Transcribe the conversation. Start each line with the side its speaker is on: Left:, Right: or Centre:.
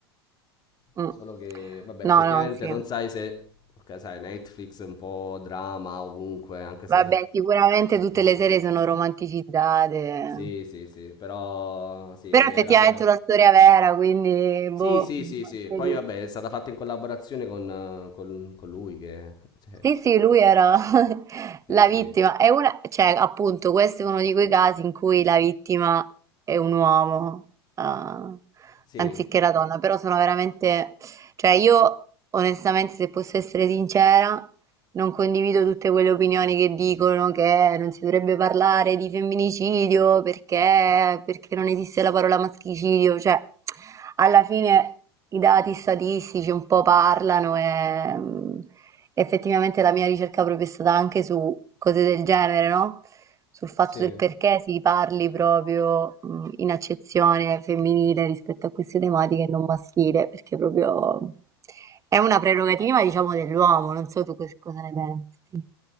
Right: Mm.
Left: Solo che, vabbè, effettivamente
Right: No, no, sì.
Left: non sai se... Ok, sai, Netflix è un po' drama ovunque, anche se...
Right: Vabbè, sicuramente
Left: <laughs>
Right: tutte le serie sono romanticizzate.
Left: Sì, sì, sì, però sì,
Right: Però
Left: in generale...
Right: effettivamente è una storia vera, quindi boh,
Left: Sì, sì, sì,
Right: anche
Left: sì. Poi
Right: lì.
Left: vabbè, è stata fatta in collaborazione con, eh, con- con lui che... cioè,
Right: Sì, sì, lui era <laughs>
Left: Sì,
Right: la
Left: sì.
Right: vittima. È una, cioè, appunto, questo è uno di quei casi in cui la vittima è un uomo, eh,
Left: Sì,
Right: anziché la donna. Però sono veramente, cioè, io onestamente, se posso essere sincera, non condivido tutte quelle opinioni che dicono che non si dovrebbe parlare di femminicidio perché, perché non esiste la parola maschicidio, cioè alla fine i dati statistici un po' parlano e mh, effettivamente la mia ricerca proprio è stata anche su cose del genere, no? Sul fatto
Left: sì.
Right: del perché si parli proprio mh, in accezione femminile rispetto a queste tematiche e non maschile, perché proprio è una prerogativa, diciamo, dell'uomo, non so tu cos cosa ne pensi.